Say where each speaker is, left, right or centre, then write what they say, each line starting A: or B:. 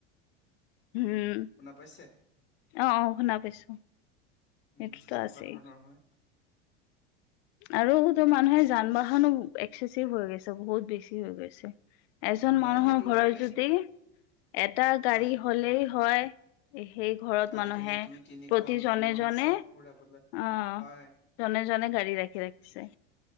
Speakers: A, on the left; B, on the left.
A: হম,
B: শুনা পাইছে
A: অ অ শুনা পাইছোঁ।
B: উম
A: এইটোতো
B: তেনেকুৱা
A: আছেই।
B: ধৰণৰ হয়
A: আৰু তো মানুহে যান বাহনো এক্সেচিভ হৈ গৈছে বহুত বেছি হৈ গৈছে। এজন
B: মই
A: মানুহৰ
B: সেইটো
A: ঘৰত
B: কাৰণে
A: যদি এটা গাড়ী
B: হয়,
A: হ'লেই হয় সেই ঘৰত
B: আজিকালি
A: মানুহে
B: দুই তিনিখন
A: প্ৰতি জনে
B: মানুহৰ
A: জনে
B: চখ পুৰাবলৈ
A: অহ
B: হয়।
A: জনে জনে গাড়ী ৰাখি ৰাখিছে।